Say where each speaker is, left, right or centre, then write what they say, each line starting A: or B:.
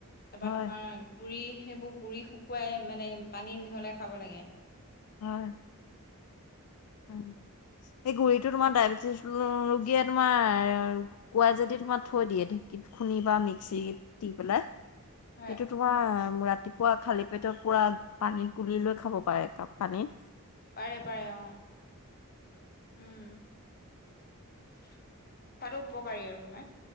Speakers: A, on the left; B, on the left.
A: তাপা
B: হয়
A: তোমাৰ গুৰি সেইবোৰ গুৰি শুকুৱাই মানে পানীৰ মিহলাই খাব লাগে।
B: হয়, অহ। এই গুৰিটো তোমাৰ ডায়বেটিছ ৰোগীয়ে তোমাৰ কুৱাই যদি তোমাৰ থৈ দিয়ে ঢেঁকীত খুন্দি বা মিক্সিত দি পেলাই।
A: হয়
B: সেইটো তোমাৰ ৰাতিপুৱা খালি পেটত পুৰা পানীত গুলি লৈ খাব পাৰে একাপ। পানী
A: পাৰে পাৰে অ। উম। খোৱাটো উপকাৰী আৰু তোমাৰ।